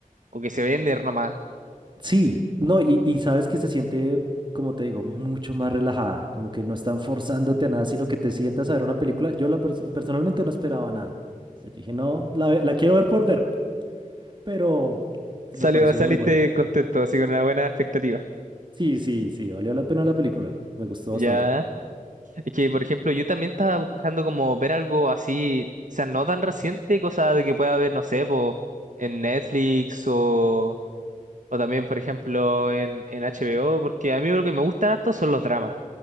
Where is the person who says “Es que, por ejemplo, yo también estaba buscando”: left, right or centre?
Right